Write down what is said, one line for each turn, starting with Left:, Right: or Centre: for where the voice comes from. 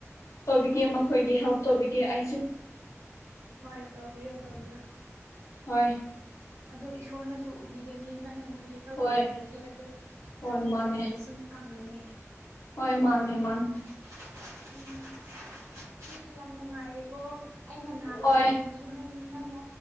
Left: ꯇꯧꯕꯤꯒꯦ ꯃꯈꯣꯏꯒꯤ
Right: ꯎꯝ
Left: ꯍꯦꯜꯞ ꯇꯧꯕꯤꯒꯦ ꯑꯩꯁꯨ
Right: ꯍꯣꯏ ꯇꯧꯕꯤꯌꯣ ꯇꯧꯕꯤꯌꯣ
Left: ꯍꯣꯏ
Right: ꯑꯗꯣ ꯏꯁꯣꯔꯅꯁꯨ ꯎꯕꯤꯒꯅꯤ ꯅꯪꯅ ꯃꯣꯏꯒꯤ ꯍꯦꯜꯞ
Left: ꯍꯣꯏ
Right: ꯇꯧꯕꯤꯔꯗꯤ ꯑꯗꯣ
Left: ꯍꯣꯏ
Right: ꯅꯪꯕꯨꯁꯨ
Left: ꯃꯥꯅꯦ
Right: ꯕ꯭ꯂꯦꯁꯤꯡ ꯐꯪꯒꯅꯤ
Left: ꯍꯣꯏ ꯃꯥꯅꯦ ꯃꯥꯅꯦ
Right: <unintelligible> ꯎꯝ ꯃꯤꯗꯤ ꯌꯥꯝ ꯅꯨꯡꯉꯥꯏꯔꯦꯀꯣ ꯑꯩꯅ ꯅꯥꯕ
Left: ꯍꯣꯏ
Right: ꯃꯇꯝꯗꯁꯨ ꯍꯣꯔꯦꯟ ꯅꯪꯅ